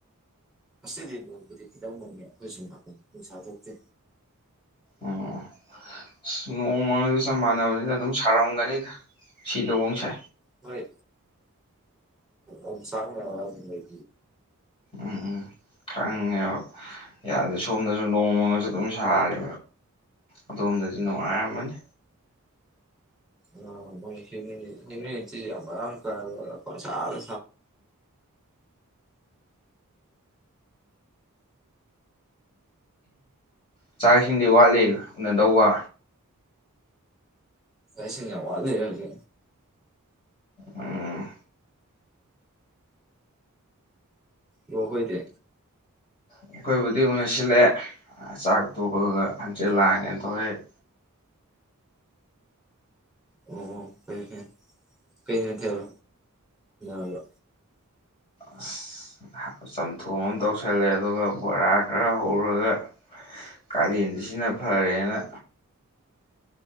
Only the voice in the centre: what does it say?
ꯑꯁꯤꯗꯤ ꯅꯣꯡꯕꯨꯗꯤ ꯈꯤꯇꯪ ꯅꯣꯡꯉꯦ ꯑꯩꯈꯣꯏꯁꯨ ꯅꯨꯡꯁꯥ ꯊꯣꯛꯇꯦ
ꯍꯣꯏ ꯑ ꯁꯥꯡ ꯑꯗꯨꯩ
ꯑ ꯃ ꯍ ꯍꯤꯡ ꯌꯥꯝ ꯀ ꯆꯔ
ꯑꯁꯤꯡ ꯌꯥꯝ ꯋꯥꯠꯂꯔꯒꯦ
ꯌꯈꯣꯏꯗ
ꯑꯣ ꯐꯩ ꯐꯩ ꯀꯩ ꯅꯠꯇꯦꯕ ꯑꯕ